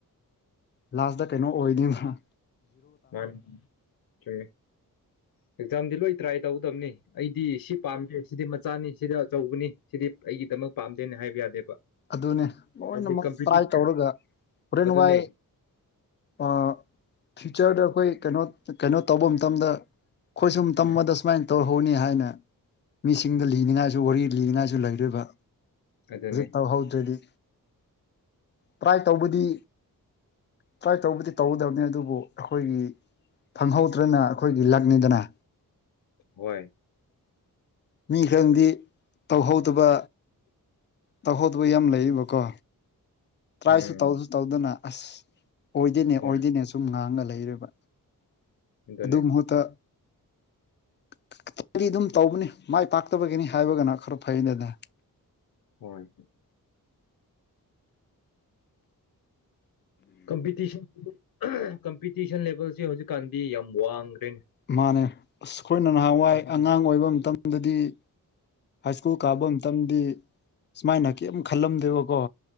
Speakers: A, on the left (about 35°); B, on the left (about 75°).
A: ꯂꯥꯁꯗ ꯀꯩꯅꯣ ꯑꯣꯏꯅꯤꯗ
B: ꯃꯥꯅꯤ ꯆꯨꯝꯃꯦ ꯑꯦꯛꯖꯥꯝꯗꯤ ꯂꯣꯏ ꯇ꯭ꯔꯥꯏ ꯇꯧꯒꯗꯕꯅꯤ ꯑꯩꯗꯤ ꯁꯤꯞ ꯄꯥꯝꯗꯦ ꯁꯤꯗꯤ ꯃꯆꯥꯅꯤ ꯁꯤꯗꯤ ꯑꯆꯧꯕꯅꯤ ꯁꯤꯗꯤ ꯑꯩꯒꯤꯗꯃꯛ ꯄꯥꯝꯗꯦꯅꯦ ꯍꯥꯏꯕ ꯌꯥꯗꯦꯕ
A: ꯑꯗꯨꯅꯦ ꯂꯣꯏꯅꯃꯛ
B: ꯍꯥꯏꯕꯗꯤ ꯀꯝꯄꯤꯇꯤꯇꯤꯞ
A: ꯇ꯭ꯔꯥꯏ ꯇꯧꯔꯒ ꯍꯣꯔꯦꯟ
B: ꯑꯗꯨꯅꯦ
A: ꯋꯥꯏ ꯑꯥ ꯐ꯭ꯌꯨꯆꯔꯗ ꯑꯈꯣꯏ ꯀꯩꯅꯣ ꯀꯩꯅꯣ ꯇꯧꯕ ꯃꯇꯝꯗ ꯈꯣꯏꯁꯨ ꯃꯇꯝꯃꯗ
B: ꯎꯝ
A: ꯁꯨꯃꯥꯏꯅ ꯇꯧꯍꯧꯅꯤ ꯍꯥꯏꯅ ꯃꯤꯁꯤꯡꯗ ꯂꯤꯅꯤꯡꯉꯥꯏꯁꯨ ꯋꯥꯔꯤ ꯂꯤꯅꯤꯡꯉꯥꯏꯁꯨ ꯂꯩꯔꫭꯏꯕ
B: ꯑꯗꯨꯅꯦ
A: ꯇꯧꯍꯧꯗ꯭ꯔꯗꯤ ꯇ꯭ꯔꯥꯏ ꯇꯧꯕꯗꯤ ꯇ꯭ꯔꯥꯏ ꯇꯧꯕꯗꯤ ꯇꯧꯒꯗꯕꯅꯤ ꯑꯗꯨꯕꯨ ꯑꯈꯣꯏꯒꯤ ꯐꯪꯍꯧꯗ꯭ꯔꯦꯅ ꯑꯩꯈꯣꯏꯒꯤ ꯂꯛꯅꯤꯗꯅ
B: ꯍꯣꯏ
A: ꯃꯤ ꯈꯔꯪꯗꯤ ꯇꯧꯍꯧꯗꯕ
B: ꯎꯝ
A: ꯇꯧꯍꯧꯗꯧꯕ ꯌꯥꯝ ꯂꯩꯌꯦꯕꯀꯣ ꯇ꯭ꯔꯥꯏꯁꯨ
B: ꯎꯝ
A: ꯇꯧꯁꯨ ꯇꯧꯗꯅ ꯑꯁ ꯑꯣꯏꯗꯦꯅꯦ
B: ꯍꯣꯏ
A: ꯑꯣꯏꯗꯦꯅꯦ ꯁꯨꯝ ꯉꯥꯡꯉ ꯂꯩꯔꯦꯕ
B: ꯑꯗꯨꯅꯦ
A: ꯑꯗꯨ ꯃꯍꯨꯠꯇ <unintelligible> ꯗꯤ ꯑꯗꯨꯝ ꯇꯧꯕꯅꯤ ꯃꯥꯏ ꯄꯥꯛꯇꯕꯒꯤꯅꯤ ꯍꯥꯏꯔꯒꯅ ꯈꯔ ꯐꯩꯅꯦꯗꯅ
B: ꯍꯣꯏ ꯀꯃꯄꯤꯇꯤꯁꯟ <unintelligible> ꯀꯝꯄꯤꯇꯤꯁꯟ ꯂꯦꯚꯦꯜꯁꯦ ꯍꯧꯖꯤꯛꯀꯥꯟꯗꯤ ꯌꯥꯝ ꯋꯥꯡꯒ꯭ꯔꯦꯅꯦ
A: ꯃꯥꯅꯦ ꯑꯁ ꯈꯣꯏꯅ ꯅꯍꯥꯟꯋꯥꯏ
B: ꯑꯗꯨꯅꯤ
A: ꯑꯉꯥꯡ ꯑꯣꯏꯕ ꯃꯇꯝꯗꯗꯤ ꯍꯥꯏ ꯁ꯭ꯀꯨꯜ ꯀꯥꯕ ꯃꯇꯝꯗꯤ ꯁꯨꯃꯥꯏꯅ ꯀꯤꯌꯝ ꯈꯜꯂꯝꯗꯦꯕꯀꯣ